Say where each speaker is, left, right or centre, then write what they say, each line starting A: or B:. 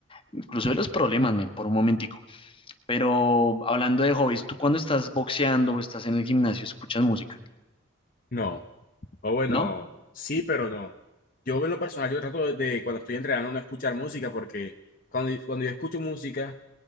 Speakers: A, on the left; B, on the left.
A: incluso de los problemas, men, por un momentico. Pero hablando de hobbies, ¿tú cuando estás boxeando o estás en el gimnasio escuchas música?
B: No. O bueno,
A: ¿No?
B: sí, pero no. Yo en lo personal, yo trato de, de cuando estoy entrenando no escuchar música porque cuando, cuando yo escucho música